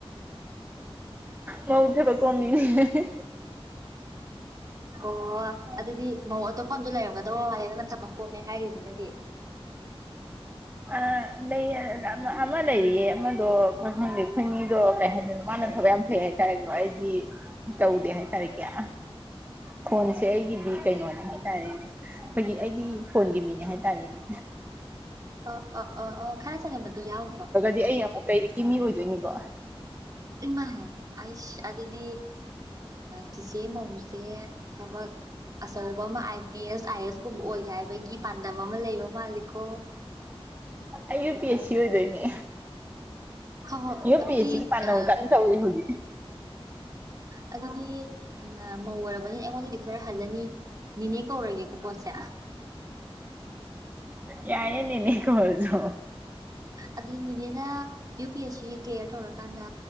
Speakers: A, on the right; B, on the right.
A: ꯃꯧ ꯊꯕꯛ ꯀꯣꯝꯃꯤ ꯍꯦ ꯍꯦ
B: ꯑꯣ ꯑꯗꯨꯗꯤ ꯃꯧ ꯑꯇꯣꯞꯄ ꯑꯝꯁꯨ ꯂꯩꯔꯝꯒꯗꯧꯕ ꯃꯥꯜꯂꯤ ꯑꯗꯨꯅ ꯊꯕꯛ ꯀꯣꯝꯃꯦ ꯍꯥꯏꯔꯤꯁꯤꯅꯗꯤ
A: ꯑ ꯂꯩ ꯑꯃꯥ ꯂꯩꯔꯤꯌꯦ ꯑꯝ ꯗꯣ ꯀꯩꯍꯥꯏꯅꯤ ꯈꯣꯏꯅꯤꯗꯣ ꯀꯩ ꯍꯥꯏꯗꯣꯏꯅꯣ ꯃꯥꯅ ꯊꯕꯛ ꯌꯥꯝ ꯗꯨꯝꯂꯩ ꯍꯥꯏꯇꯥꯔꯦꯀꯣ ꯑꯩꯗꯤ ꯇꯧꯗꯦ ꯍꯥꯏꯇꯥꯔꯦ ꯀꯦꯌꯥ ꯐꯣꯟꯁꯦ ꯑꯩꯒꯤ ꯗꯤ ꯀꯩꯅꯣꯅꯦ ꯍꯥꯏ ꯇꯔꯦꯅꯦ ꯑꯩꯈꯣꯏꯒꯤ ꯑꯩꯗꯤ ꯐꯣꯟꯒꯤ ꯃꯤꯅꯦ ꯍꯥꯏꯇꯥꯔꯦꯅꯦ
B: ꯑ ꯑ ꯑꯥ ꯑꯥ ꯈꯔ ꯆꯥꯟꯅꯕꯗꯤ ꯌꯥꯎꯗ꯭ꯔꯣ
A: ꯗꯤ ꯑꯩ ꯑꯃꯨꯛ ꯂꯩꯔꯤꯛꯀꯤ ꯃꯤ ꯑꯣꯏꯗꯣꯏꯅꯤꯀꯣ
B: ꯏꯃꯍꯥꯏ ꯑꯩꯁ ꯑꯗꯨꯗꯤ ꯆꯤꯆꯦ ꯃꯧꯁꯦ ꯊꯕꯛ ꯑꯆꯧꯕ ꯑꯃ I P S I A S ꯀꯨꯝꯕ ꯑꯣꯏꯒꯦ ꯍꯥꯏꯕꯒꯤ ꯄꯥꯟꯗꯝ ꯑꯃ ꯂꯩꯕ ꯃꯥꯜꯂꯤꯀꯣ
A: ꯑꯩ ꯌꯨ ꯄꯤ ꯑꯦꯁ ꯁꯤ ꯑꯣꯏꯗꯣꯏꯅꯦ
B: ꯍꯣꯏ ꯍꯣꯏ
A: ꯌꯨ
B: ꯑꯗꯨꯗꯤ
A: ꯄꯤ ꯑꯦꯁ ꯁꯤꯒꯤ ꯄꯥꯟꯗꯝ
B: ꯑ
A: ꯀꯟꯅ ꯇꯧꯔꯤ ꯍꯧꯖꯤꯛ
B: ꯑꯗꯨꯗꯤ ꯃꯧ ꯑꯣꯏꯔꯕꯅꯤ ꯑꯩꯉꯣꯟꯗꯗꯤ ꯈꯔ ꯍꯜꯂꯅꯤ ꯅꯤꯅꯦ ꯀꯧꯔꯒꯦꯀꯣ ꯄꯣꯠꯁꯦ
A: ꯌꯥꯏꯌꯦ ꯅꯤꯅꯦ ꯀꯧꯔꯁꯨ
B: ꯑꯗꯨꯗꯤ ꯅꯤꯅꯦꯅ U P S C clear ꯇꯧꯔꯀꯥꯟꯗ